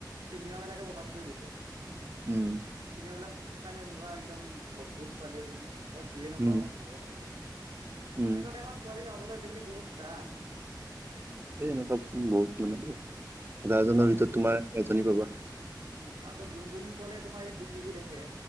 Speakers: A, on the right; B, on the right.
A: চিনেমা বিলাকে ৰ্ববাদ কৰি দিছে।
B: উম।
A: চিনেমাবিলাক সেই কাৰণে এনেকুৱা একদম অদ্ভুত ছোৱালী এজনীৰ তই যিয়ে নকৰ
B: উম
A: মই টোৰলগত থাকিম, তেনেকুৱা
B: উম
A: টাইপৰ ছোৱালী পাবলৈ আজিকালি বহুত টান।
B: এ এনেকুৱা বহুত মানে <unintelligible> হাজাৰজনৰ
A: আৰু
B: ভিতৰত
A: যোন
B: তোমাৰ এজনী পাবা।
A: উম, আকৌ যোনজনী ছোৱালীয়ে তোমাৰ ই পৃথিৱী দেখে,